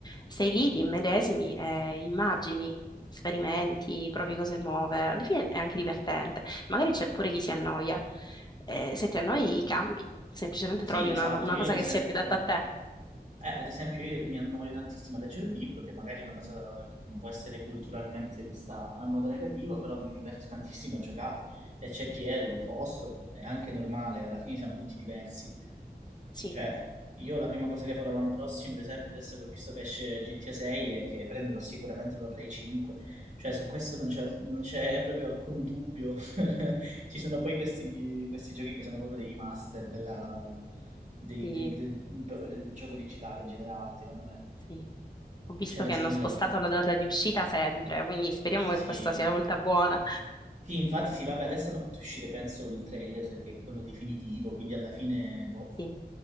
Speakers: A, on the left; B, on the right.
A: Sei lì, ti immedesimi, e immagini, sperimenti, provi cose nuove. Alla fine è anche divertente. Magari c'è pure chi si annoia. Eh, se ti annoi, cambi. Semplicemente
B: Sì,
A: trovi
B: esatto,
A: una, una
B: io
A: cosa
B: ad esempio...
A: che sia più adatta a te.
B: Eh, ad esempio, io mi annoio tantissimo a leggere un libro, che magari è una cosa che può essere culturalmente vista in modo negativo, però mi diverto tantissimo a giocare. E c'è chi è l'opposto, è anche normale, alla fine siamo tutti diversi.
A: Sì,
B: Cioè, io la prima cosa che farò l'anno prossimo, ad esempio, adesso che ho visto che esce GTA 6, è che prenderò sicuramente una Play 5. Cioè, su questo non c'è, non c'è proprio alcun dubbio. <laughs> Ci sono poi questi, questi giochi che sono proprio dei master della- dei-
A: sì,
B: del, del- proprio del gioco digitale in generale, secondo me.
A: sì. Ho visto
B: Cioè, non
A: che
B: c'è
A: hanno
B: nulla
A: spostato
B: da fare.
A: la data di uscita sempre, quindi speriamo
B: Sì.
A: che questa sia la volta buona.
B: Sì, infatti, sì, vabbè, adesso hanno fatto uscire, penso, il trailer, che è quello definitivo, quindi alla fine, boh.
A: Sì.